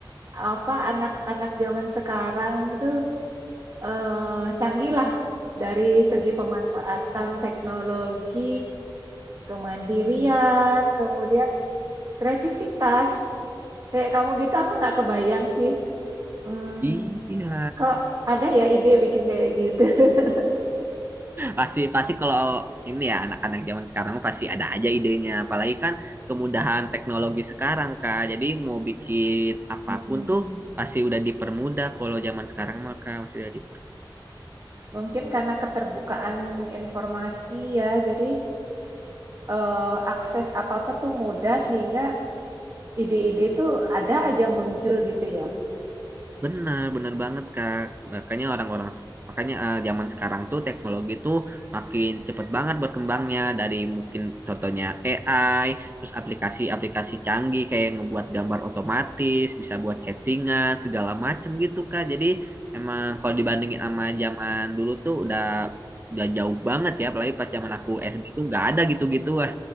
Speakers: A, on the right (about 40°); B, on the right (about 25°).
A: apa anak-anak zaman sekarang itu eh, canggih lah dari segi pemanfaatan teknologi, kemandirian, kemudian kreativitas. Kayak kamu gitu, aku nggak kebayang sih. Hmm,
B: Iya.
A: kok ada ya ide bikin kayak gitu? <laughs>
B: pasti pasti kalau ini ya anak-anak zaman sekarang pasti ada aja idenya apalagi kan kemudahan teknologi sekarang Kak jadi mau bikin apapun
A: Hmm.
B: tuh pasti udah dipermudah kalau zaman sekarang maka masih udah dipermudah
A: Mungkin karena keterbukaan informasi ya, jadi eh, akses apa-apa tuh mudah sehingga ide-ide itu ada aja muncul gitu ya.
B: benar benar banget Kak. Makanya orang-orang makanya eh, zaman sekarang tuh teknologi tuh makin cepet banget berkembangnya dari mungkin contohnya AI, terus aplikasi-aplikasi canggih kayak ngebuat gambar otomatis, bisa buat chattingan segala macem gitu Kak. Jadi emang kalau dibandingin sama zaman dulu tuh udah udah jauh banget ya, apalagi pas zaman aku SD tuh nggak ada gitu-gituan,